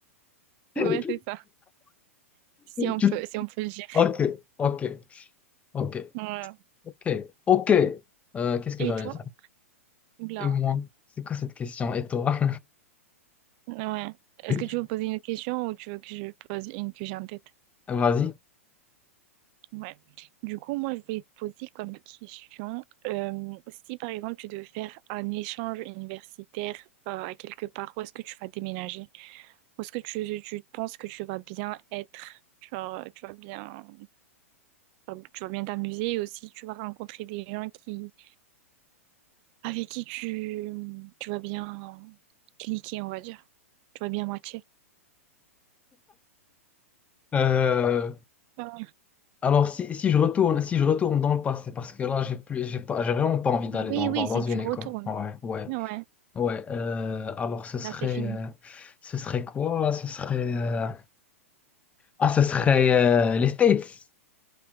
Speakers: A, on the left (about 15°); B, on the right (about 45°).
A: <laughs>
B: Mhm. Ouais, c'est ça, si on
A: Tu-
B: peut, si on peut le dire.
A: Ok, ok, ok,
B: Ouais.
A: ok, ok. Euh, qu'est-ce que
B: Et
A: j'allais
B: toi?
A: dire?
B: Oula.
A: Et moi, c'est quoi cette question? Et toi?
B: Ouais. Est-ce
A: <laughs>
B: que tu veux poser une question ou tu veux que je pose une que j'ai en tête?
A: Vas-y.
B: Ouais. Du coup, moi, je vais te poser comme question, euh, si par exemple tu devais faire un échange universitaire euh, à quelque part, où est-ce que tu vas déménager? Où est-ce que tu, tu penses que tu vas bien être? Genre, tu vas bien, enfin, tu vas bien t'amuser et aussi tu vas rencontrer des gens qui, avec qui tu, tu vas bien cliquer, on va dire. Tu vas bien matcher.
A: Euh,
B: Euh,
A: alors, si, si je retourne, si je retourne dans le passé, parce que là, j'ai plus, j'ai pas, j'ai vraiment pas envie d'aller
B: oui,
A: dans,
B: oui,
A: dans, dans
B: si
A: une
B: tu retournes.
A: école. Ouais, ouais,
B: Ouais,
A: ouais. Euh, alors, ce serait,
B: là c'est fini.
A: euh, ce serait quoi? Ce serait, euh, ah, ce serait euh, les States. Ce